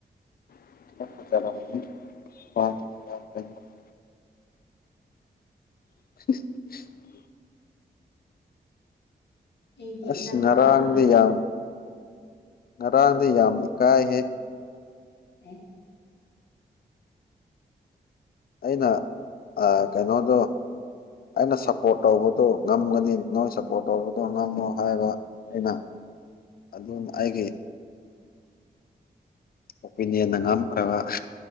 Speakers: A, on the left; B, on the left.
A: ꯆꯇ <unintelligible>
B: ꯑꯩꯒꯤ
A: ꯑꯁ
B: ꯏꯅꯝꯃ
A: ꯉꯔꯥꯡꯗ
B: ꯑꯃꯟ
A: ꯌꯥꯝ ꯉꯔꯥꯡꯗ ꯌꯥꯝ ꯏꯀꯥꯏꯍꯦ
B: ꯎ
A: ꯑꯩꯅ ꯀꯩꯅꯣꯗꯣ ꯑꯩꯅ ꯁꯞꯄꯣꯔꯠ ꯇꯧꯕꯗꯣ ꯉꯝꯒꯅꯤ
B: ꯎꯝ
A: ꯅꯣꯏ ꯁꯞꯄꯣꯔꯠ ꯇꯧꯕꯗꯣ ꯉꯝꯃꯣ ꯍꯥꯏꯕ ꯑꯩꯅ ꯑꯗꯅ ꯑꯒꯦ ꯀꯄꯤꯅꯤ ꯅꯪ ꯉꯝ ꯀ꯭ꯔꯕ